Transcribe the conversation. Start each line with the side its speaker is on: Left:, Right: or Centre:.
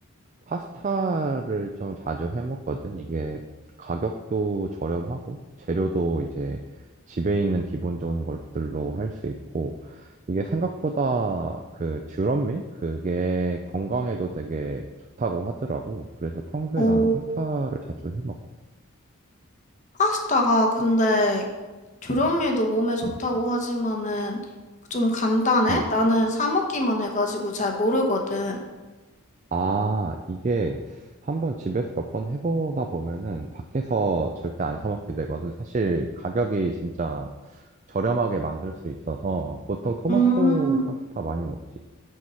Right: 파스타를 좀 자주 해 먹거든. 이게 가격도 저렴하고 재료도 이제 집에 있는 기본적인 것들로 할 수 있고 이게 생각보다 그 듀럼밀? 그게 건강에도 되게 좋다고 하더라고. 그래서 평소에
Left: 오,
Right: 나는 파스타를 자주 해 먹어.
Left: 파스타가 근데 조련미도 몸에 좋다고 하지만은 좀 간단해?
Right: 응.
Left: 나는 사 먹기만 해가지고 잘 모르거든.
Right: 아, 이게 한번 집에서 몇 번 해보다 보면은 밖에서 절대 안 사 먹게 되거든. 사실 가격이 진짜 저렴하게 만들 수 있어서 보통 토마토
Left: 음,
Right: 파스타 많이 먹지.